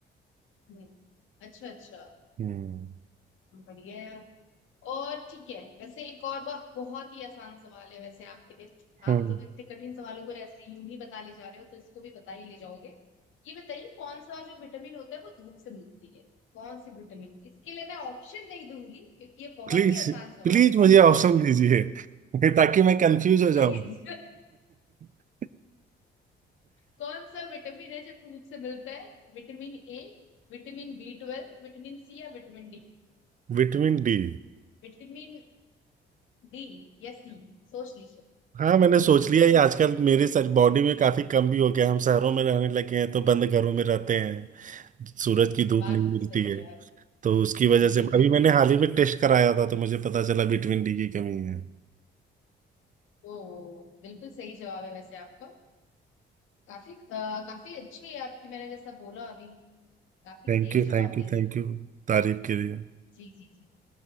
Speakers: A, on the left; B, on the right.
A: हम्म, अच्छा अच्छा
B: Hmm
A: बढ़िया है और ठीक है वैसे एक और बात बहुत ही आसान सवाल है वैसे आपके लिए
B: hmm
A: आप तो इतने कठिन सवालों को ऐसे यूं ही बता ले जा रहे हो तो इसको भी बता ही ले जाओगे ये बताइए कौन सा जो विटामिन होता है वो धूप से मिलती है कौन सी विटामिन इसके लिए मैं ऑप्शन नहीं दूंगी क्योंकि ये बहुत
B: Please
A: ही आसान सवाल
B: please मुझे ऑप्शन
A: है <laughs>
B: दीजिए <laughs> ताकि मैं कंफ्यूज हो जाऊं
A: प्लीज
B: <laughs>
A: कौन सा विटामिन है जो धूप से मिलता है Vitamin A vitamin B twelve vitamin C या विटामिन डी
B: Vitamin D
A: विटामिन डी या सी सोच लीजिए
B: हाँ मैंने सोच लिया
A: <laughs>
B: ये आजकल मेरे सर बॉडी में काफी कम भी हो गया हम शहरों में रहने लगे हैं तो बंद घरों में रहते हैं सूरज की धूप
A: बात
B: नहीं मिलती
A: तो सही
B: है
A: है आप
B: तो उसकी वजह
A: जी
B: से
A: जी
B: अभी मैंने
A: जी
B: हाल ही में टेस्ट कराया था तो मुझे पता चला विटामिन डी की कमी है
A: ओ बिल्कुल सही जवाब है वैसे आपका काफी अ, काफी अच्छी है आपकी मैंने जैसा बोला अभी काफी
B: Thank
A: तेज
B: you
A: जवाब
B: thank you
A: दे रहे
B: thank
A: हो
B: you तारीफ के लिए
A: जी जी जी